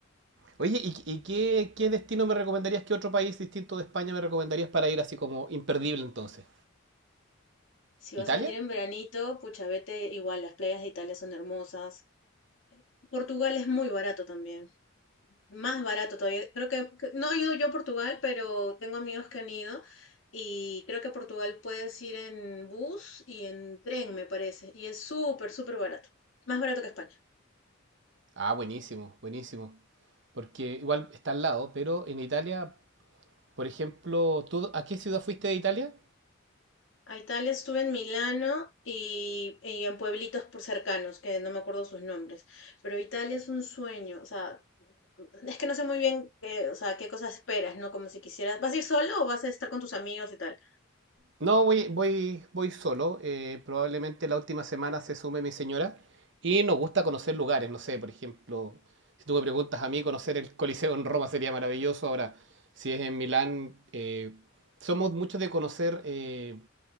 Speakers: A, on the right; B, on the left.
A: oye, ¿y, y qué, qué destino me recomendarías? ¿Qué otro país distinto de España me recomendarías para ir así como imperdible entonces?
B: Si
A: ¿Italia?
B: vas a venir en veranito, pucha, vete igual, las playas de Italia son hermosas. Portugal es muy barato también. Más barato todavía. Creo que, que- no he ido yo a Portugal, pero tengo amigos que han ido y creo que a Portugal puedes ir en bus y en tren, me parece. Y es súper, súper barato. Más barato que España.
A: Ah, buenísimo, buenísimo. Porque igual está al lado, pero en Italia, por ejemplo, ¿tú a qué ciudad fuiste de Italia?
B: A Italia estuve en Milano y, y en pueblitos por cercanos, que no me acuerdo sus nombres. Pero Italia es un sueño. O sea, es que no sé muy bien qué, o sea, qué cosas esperas, ¿no? Como si quisieras, ¿vas a ir solo o vas a estar con tus amigos y tal?
A: No, voy, voy, voy solo. eh, probablemente la última semana se sume mi señora. Y nos gusta conocer lugares. No sé, por ejemplo, si tú me preguntas a mí, conocer el Coliseo en Roma sería maravilloso. Ahora, si es en Milán, eh, somos muchos de conocer eh,